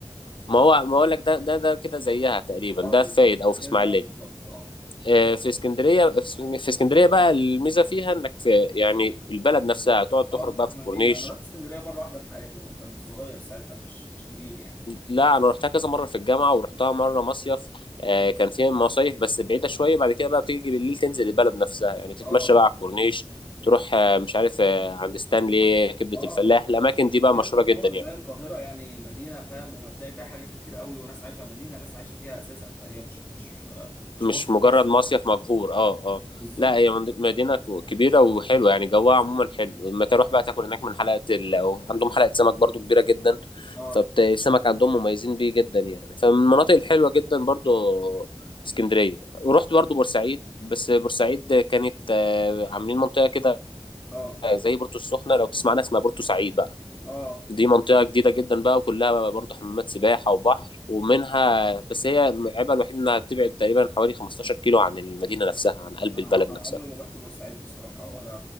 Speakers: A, on the left (about 60°); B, on the left (about 20°).
A: ما هو ما اقول لك ده ده ده كده زيها تقريبا
B: اه
A: ده
B: بالظبط
A: في فايد
B: ده
A: او
B: كده
A: في اسماعيليه
B: زيها بالظبط اه
A: آه، في اسكندريه في اس- في اسكندريه بقى الميزه فيها انك في يعني البلد نفسها تقعد تخرج
B: اه انت
A: بقى
B: في
A: في الكورنيش
B: مدينة انا رحت اسكندرية مرة واحدة في حياتي وكنت صغير ساعتها مش مش كبير يعني
A: لا انا رحتها كذا مره في الجامعه ورحتها مره مصيف آه، كان فيها مصايف بس بعيده شويه بعد كده بقى بتيجي بالليل تنزل البلد نفسها يعني تتمشى
B: اه
A: بقى على الكورنيش تروح آه، مش عارف آه، عند ستانلي كبده
B: اه
A: الفلاح الاماكن
B: اسكندريه
A: دي بقى مشهوره
B: تعتبر
A: جدا يعني
B: زي القاهره يعني مدينه فاهم وهتلاقي فيها حاجات كتير قوي وناس عايشه مدينه ناس عايشه فيها اساسا فهي مش مش مش
A: مش
B: مصيف
A: مجرد
B: بس
A: مصيف مجهور اه اه
B: بالظبط
A: لا هي مند- مدينة كو- كبيرة وحلوة يعني جوها عموما حلو لما تروح
B: اه دي
A: بقى
B: حاجه
A: تاكل هناك من حلقة ال... أو عندهم حلقة سمك برضو كبيرة جدا
B: اه
A: فالسمك عندهم مميزين بيه جدا يعني فمن المناطق الحلوة جدا برضو اسكندرية ورحت برضو بورسعيد بس بورسعيد كانت آه، عاملين منطقة كده
B: اه
A: زي بورتو السخنة لو تسمعنا اسمها بورتو سعيد بقى
B: اه
A: دي منطقة جديدة جدا بقى وكلها بقى برضه حمامات سباحة وبحر ومنها بس هي عيبها الوحيد إنها بتبعد تقريبا حوالي 15 كيلو عن المدينة نفسها عن قلب
B: انا
A: البلد نفسها
B: انا عمري ما رحت بورسعيد بصراحه ولا